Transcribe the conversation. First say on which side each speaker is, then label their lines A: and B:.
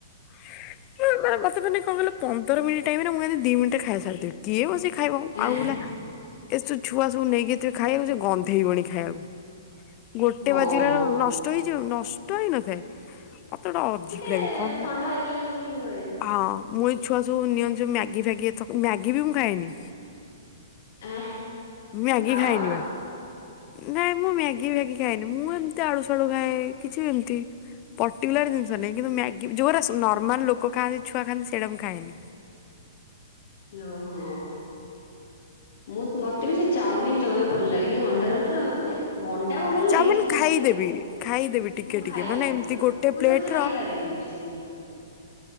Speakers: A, on the left; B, on the left.
A: <unintelligible> ମତେ ମାନେ କଣ କହିଲ, ପନ୍ଦର ମିନିଟ ଟାଇମ ରେ ମୁଁ <unintelligible> ଦି ମିନିଟ ରେ ଖାଇ ସାରିଥିବି। କିଏ ବସି ଖାଇବ
B: ଆଁ
A: ଆଉ ହୁଲା ଏ ଛୋ ଛୁଆ ସବୁ ନେଇକି ଥିବେ ଖାଇବାକୁ ଯେ ଗନ୍ଧେଇବଣି ଖାଇବା ଗୋଟେ
B: ହଁ
A: ବାଜିଲାଳୁ ନଷ୍ଟ ହେଇଯିବ, ନଷ୍ଟ ହେଇନଥାଏ। ଅ ତଟା ଅଜିବ୍
B: ଟିକେ
A: ଲାଗେ କନ୍ ହଁ।
B: ଥଣ୍ଡା ହେଇଗଲେ ଯେମିତି ହୁଏ।
A: ମୁଁ ଏଇ ଛୁଆ ସବୁ ନିଅନ୍ତି ଯଉ ମ୍ୟାଗି ଫ୍ୟାଗି ଏଥକ ମ୍ୟାଗି ବି ମୁଁ ଖାଏନି।
B: ଆଁ ତମେ
A: ମ୍ୟାଗି
B: ଖାଅ
A: ଖାଇନିବା।
B: କଣ?
A: ନାଇଁ ମୁଁ ମ୍ୟାଗି ଫ୍ୟାଗି ଖାଏନି ମୁଁ ଏମିତି ଆଡୁସାଡୁ ଖାଏ କିଛି ଏମିତି ପର୍ଟିକୁଲାର ଜିନିଷ ନାହିଁ, କିନ୍ତୁ ମ୍ୟାଗି ଯୋଉରା ସୁ ନର୍ମାଲ ଲୋକ ଖାଆନ୍ତି ଛୁଆ ଖାଆନ୍ତି ସେଇଡ଼ା ମୁଁ ଖାଏନି।
B: ଓହୋ, ମୁଁ ମତେ ବି ସେ ଚାଉମିିନ ଜମା ବି ଭଲ ଲାଗେନି, ଅଣ୍ଡା ରୋଲ ଠୁ ତ ମାନେ ଭଣ୍ଡା କଣ ଭଲଲାଗେନି
A: ଚାଉମିନ
B: ଚିକେନ
A: ଖାଇଦେବି
B: ଭଲ ଲାଗେ,
A: ଖାଇଦେବି ଟିକେ
B: ମୁଁ ଖାଇବିନି
A: ଟିକେ ମାନେ ଏମିତି
B: ଜମା,
A: ଗୋଟେ
B: ମୁଁ
A: ପ୍ଲେଟ
B: ଜମା ଖାଇପାରେନି
A: ର
B: ବେଶୀ। ଶି